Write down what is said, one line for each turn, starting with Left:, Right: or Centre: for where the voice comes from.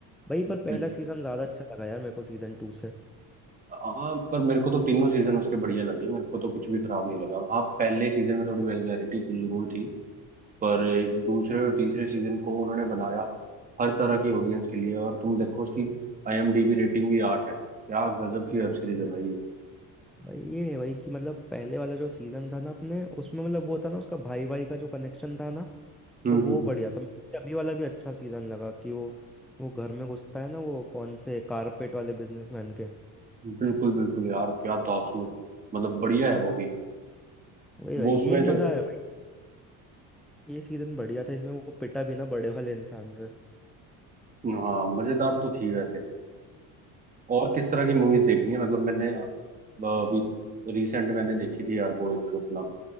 Centre: भाई पर
Right: बिल-
Centre: पहला सीजन ज्यादा अच्छा लगा यार मेरे को सीजन टू से
Right: हाँ पर मेरे को तो तीनों सीजन उसके बढ़िया लगे मेरे को तो कुछ भी खराब नहीं लगा हाँ पहले सीजन में थोड़ी वेलगैरिटी तो जरूर थी पर एक दूसरे और तीसरे सीजन को उन्होंने बनाया हर तरह की ऑडियंस के लिए और तुम देखो उसकी आईएमडीबी रेटिंग भी आठ है क्या गजब की
Centre: वो
Right: वेब सीरीज
Centre: तो
Right: है
Centre: है।
Right: भाई
Centre: भाई ये है भाई कि मतलब पहले वाला जो सीजन था ना अपने उसमें मतलब वो था ना उसका भाई भाई का जो कनेक्शन था ना
Right: हम्म
Centre: तो वो
Right: हम्म, हम्म।
Centre: बढ़िया था मुझे अभी वाला भी अच्छा सीजन लगा कि वो वो घर में घुसता है ना वो कौन से कारपेट वाले बिजनेसमैन के
Right: हम्म। बिल्कुल बिल्कुल यार क्या दासू मतलब बढ़िया है वो भी
Centre: वही भाई
Right: वो उसमें
Centre: ये
Right: जब
Centre: मजा है भाई ये सीजन बढ़िया था इसमें वो पिटा भी ना बड़े वाले इंसान से
Right: हाँ मजेदार तो थी वैसे और किस तरह की मूवीज देखनी है मतलब मैंने अ, अभी रिसेंट मैंने देखी थी यार वो एक अपना